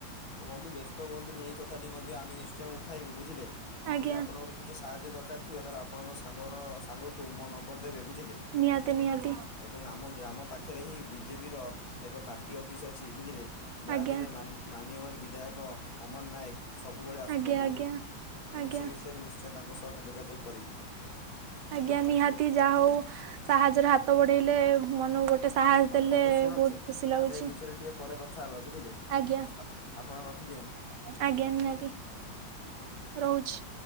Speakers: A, on the left; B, on the right.
A: ତ ବନ୍ଧୁ ବ୍ୟସ୍ତ ହୁଅନ୍ତୁନି ଏଇ କଥାଟି ମଧ୍ୟ ଆମେ ନିଶ୍ଚୟ ଉଠାଇବୁ ବୁଝିଲେ,
B: ଆଜ୍ଞା
A: ଯଦି ଆପଣଙ୍କର କିଛି ସାହାଯ୍ୟ ଦରକାର ଥିବ ତାହେଲେ ଆପଣଙ୍କ ସାଙ୍ଗର ସାଙ୍ଗକୁ ମୋ ନମ୍ବର୍ ଦେବେ ବୁଝିଲେ।
B: ନିହାତି-ନିହାତି।
A: ଏବଂ ଆମ ଗ୍ରାମ ପାଖରେ ହିଁ ବିଜେପି ର ଏକ ପାର୍ଟି ଅଫିସ ଅଛି ବୁଝିଲେ। ଯାହାଧେରେ
B: ଆଜ୍ଞା
A: ମାନ୍ୟବର ବିଧାୟକ <unintelligible> ନାୟକ ସବୁବେଳେ ଆସୁଛନ୍ତି,
B: ଆଜ୍ଞା ଆଜ୍ଞା
A: ବୁଝିଲେ ଆମେ
B: ଆଜ୍ଞା
A: ସେ ବିଷୟରେ ନିଶ୍ଚୟ ତାଙ୍କ ସହ ଯୋଗାଯୋଗ କରିବୁ।
B: ଆଜ୍ଞା, ନିହାତି ଯା ହଉ ସାହାଯ୍ୟର ହାତ ବଢେଇଲେ ମନ କୁ ଗୋଟେ। ଗୋଟେ ସାହସ
A: ହଉ
B: ଦେଲେ
A: ବନ୍ଧୁ ଶୁଣନ୍ତୁ
B: ବହୁତ ଖୁସି ଲାଗୁଛି।
A: ଆମେ ଏ ବିଷୟରେ ଟିକେ ପରେ କଥା ହେବା ବୁଝିଲେ
B: ଆଜ୍ଞା
A: ଆପ୍ ଆପଣ ରଖିଦିଅନ୍ତୁ।
B: ଆଜ୍ଞା, ନିହାତି ରହୁଛି।